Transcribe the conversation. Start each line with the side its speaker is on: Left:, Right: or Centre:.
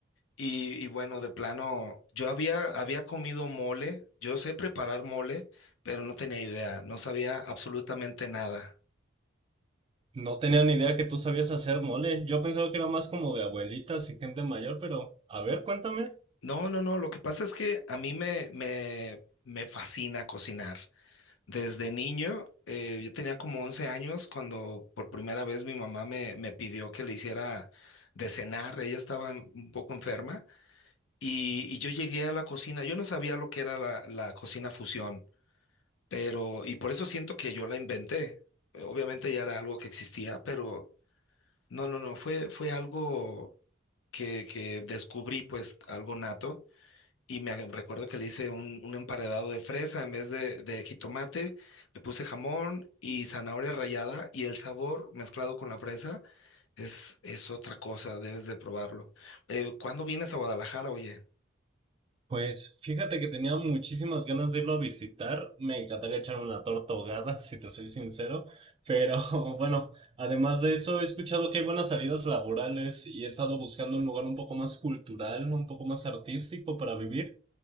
Left: y, y bueno, de plano, yo había, había comido mole. Yo sé preparar mole, pero no tenía idea. No sabía absolutamente nada.
Right: No tenía ni idea que tú sabías hacer mole. Yo pensaba que era más como de abuelitas y gente mayor, pero a ver, cuéntame.
Left: No, no, no. Lo que pasa es que a mí me, me, me fascina cocinar. Desde niño, eh, yo tenía como 11 años cuando por primera vez mi mamá me, me pidió que le hiciera de cenar. Ella estaba un poco enferma y, y yo llegué a la cocina. Yo no sabía lo que era la, la cocina fusión, pero y por eso siento que yo la inventé. Eh, Obviamente ya era algo que existía, pero no, no, no, fue, fue algo que, que descubrí, pues algo nato. Y me ag- recuerdo que le hice un, un emparedado de fresa en vez de, de jitomate, le puse jamón y zanahoria rallada y el sabor mezclado con la fresa es, es otra cosa, debes de probarlo. Eh, ¿cuándo vienes a Guadalajara, oye?
Right: Pues fíjate que tenía muchísimas ganas de irlo a visitar. Me encantaría echarme una torta ahogada, <laughs> si te soy sincero. Pero <laughs> bueno, además de eso, he escuchado que hay buenas salidas laborales y he estado buscando un lugar un poco más cultural, un poco más artístico para vivir.